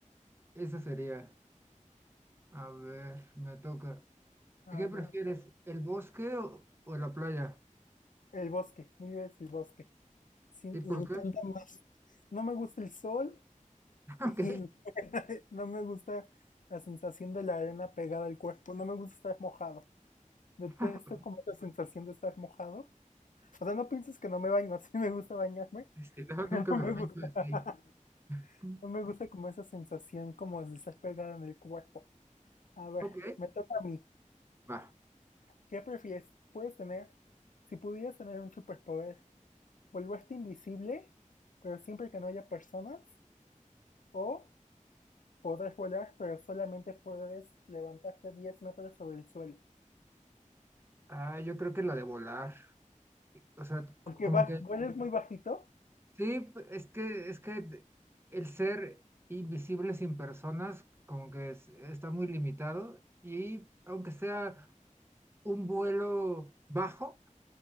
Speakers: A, on the right; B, on the left.
A: esa sería. A ver, me toca.
B: A
A: ¿Qué prefieres,
B: ver.
A: el bosque o, o la playa?
B: El bosque, mil veces el bosque. Sí,
A: ¿Y por
B: me encanta
A: qué? <laughs>
B: más. No me gusta el sol
A: Ok,
B: y <laughs> no me gusta la sensación de la arena pegada al cuerpo. No me gusta estar mojado. Detesto
A: <laughs>
B: como esa sensación de estar mojado. O sea, no pienses que no me baño. <laughs> Sí me gusta bañarme,
A: si no,
B: pero
A: nunca
B: no
A: me
B: me
A: baño
B: gusta. <laughs>
A: así. Mm,
B: No me gusta como esa sensación como de estar pegada en el cuerpo. A ver,
A: Ok,
B: me toca a mí.
A: va.
B: ¿Qué prefieres? Puedes tener, si pudieras tener un superpoder, volverte invisible, pero siempre que no haya personas, o podrás volar, pero solamente puedes levantarte 10 metros sobre el suelo.
A: Ah, yo creo que la de volar. O sea, c-
B: Aunque
A: como
B: va,
A: que
B: vueles muy bajito.
A: Sí, p- es que, es que el ser invisible sin personas como que es- está muy limitado y aunque sea un vuelo bajo,